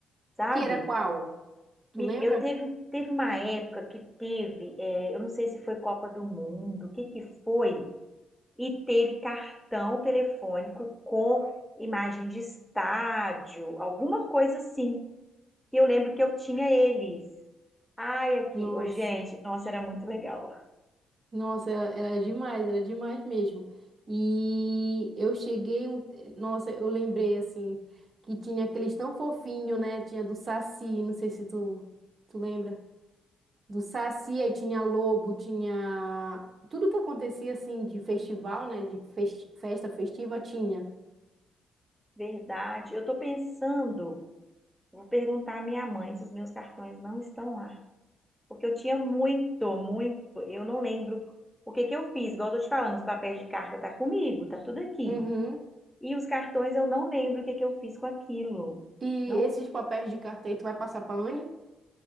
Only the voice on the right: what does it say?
Que era qual? Tu
lembra?
Nossa,
nossa, era, era demais, era demais mesmo. E eu cheguei, um... nossa, eu lembrei assim que tinha aqueles tão fofinho, né? Tinha do Saci, não sei se tu tu lembra. Do Saci, aí tinha lobo, tinha tudo que acontecia assim de festival, né? De fes- festa festiva tinha.
Uhum.
E
esses papéis de carta aí, tu vai passar pra Anne?